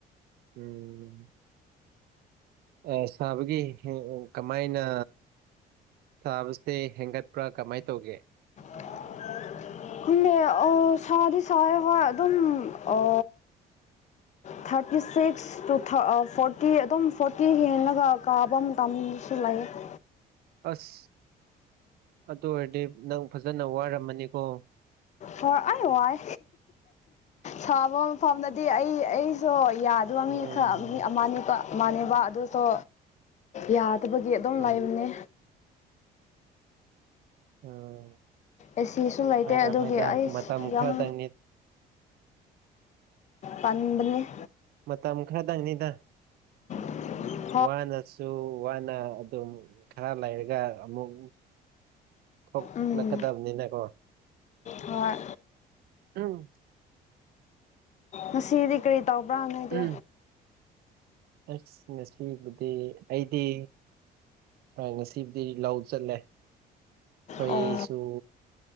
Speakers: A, on the right; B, on the left.
A: ꯎꯝ ꯑꯦ ꯁꯥꯕꯒꯤ ꯀꯃꯥꯏꯅ ꯁꯥꯕꯁꯦ ꯍꯦꯟꯒꯠꯄ꯭ꯔꯥ ꯀꯃꯥꯏ ꯇꯧꯒꯦ
B: <inaudible> ꯈꯨꯝꯃꯦ ꯑ ꯁꯥꯗꯤ ꯁꯥꯌꯦ ꯍꯣꯢ ꯑꯗꯨꯝ ꯑꯣ ꯊꯥꯔꯇꯤ ꯁꯤꯛꯁ ꯇꯨ ꯊ ꯑ ꯐꯣꯔꯇꯤ ꯑꯗꯨꯝ ꯐꯣꯔꯇꯤ ꯍꯦꯜꯂꯒ ꯀꯥꯕ ꯃꯇꯝꯁꯨ ꯂꯩꯌꯦ <inaudible>
A: ꯑꯁ ꯑꯗꯨ ꯑꯣꯏꯔꯗꯤ ꯅꯪ ꯐꯖꯅ ꯋꯥꯔꯝꯃꯅꯤꯀꯣ
B: ꯍꯣꯏ ꯑꯩ ꯋꯥꯏ ꯁꯥꯕ ꯃꯐꯝꯗꯗꯤ ꯑꯩ ꯑꯩꯁꯣ ꯌꯥꯗꯕ
A: ꯑꯥ
B: ꯃꯤ ꯈ ꯃꯤ ꯑꯃꯅꯤꯕ ꯃꯥꯅꯦꯕ ꯑꯗꯨꯁꯨ ꯌꯥ ꯐꯠꯇꯕꯒꯤ ꯑꯗꯨꯝ
A: ꯑꯥ
B: ꯂꯥꯢꯕꯅꯦ
A: ꯎꯝ
B: ꯑꯦ ꯁꯤꯁꯨ ꯂꯩꯇꯦ
A: ꯍꯣꯏꯗ
B: ꯑꯗꯨꯒꯤ
A: ꯍꯣꯏꯗ
B: ꯑꯩꯁ
A: ꯃꯇꯝ
B: ꯌꯥꯝ
A: ꯈꯔꯗꯪꯅꯤ
B: ꯇꯟꯕꯅꯦ
A: ꯃꯇꯝ ꯈꯔꯗꯪꯅꯤꯗ
B: <inaudible>
A: ꯋꯥꯅꯁꯨ ꯋꯥꯅ ꯑꯗꯨꯝ ꯈꯔ ꯂꯩꯔꯒ ꯑꯃꯨꯛ ꯊꯣꯛꯂꯛꯀꯗꯕꯅꯤꯅꯀꯣ
B: ꯎꯝ ꯍꯣꯏ
A: ꯎꯝ
B: ꯉꯁꯤꯗꯤ ꯀꯔꯤ ꯐꯥꯎꯅꯗꯦ
A: ꯎꯝ ꯑꯁ ꯉꯁꯤꯕꯨꯗꯤ ꯑꯩꯗꯤ ꯑ ꯉꯁꯤ ꯗꯤ ꯂꯧ ꯆꯠꯂꯦ ꯑꯈꯣꯏꯁꯨ
B: ꯑꯣ